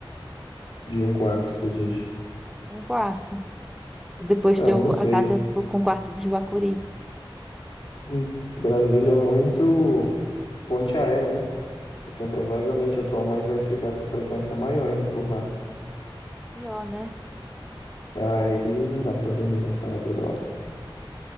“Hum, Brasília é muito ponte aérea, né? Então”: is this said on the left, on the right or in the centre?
Left